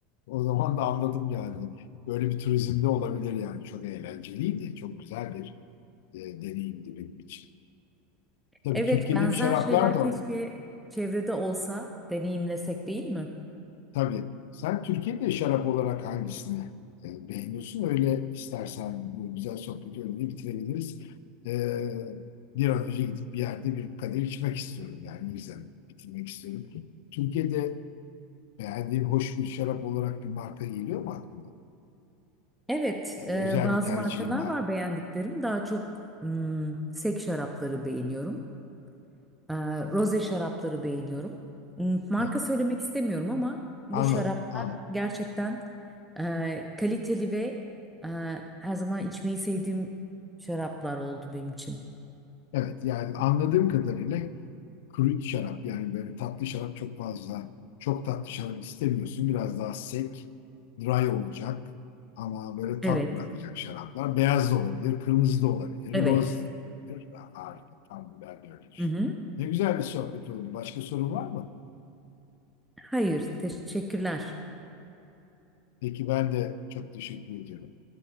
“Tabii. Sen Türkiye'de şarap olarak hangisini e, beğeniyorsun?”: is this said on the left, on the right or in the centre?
Left